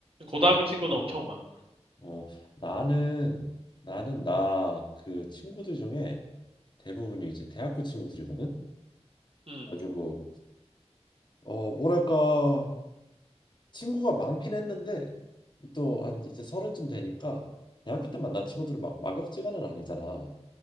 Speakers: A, on the right; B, on the left.
A: 고등학교
B: 대학
A: 친구는
B: 친구.
A: 엄청 많아.
B: 어, 나는 나는 나 그 친구들 중에 대부분이 이제 대학교 친구들이거든.
A: 음,
B: 가지고 어, 뭐랄까 친구가 많긴 했는데 또 한 이제 서른쯤 되니까 대학교 때 만난 친구들은 막 막역지간은 아니잖아.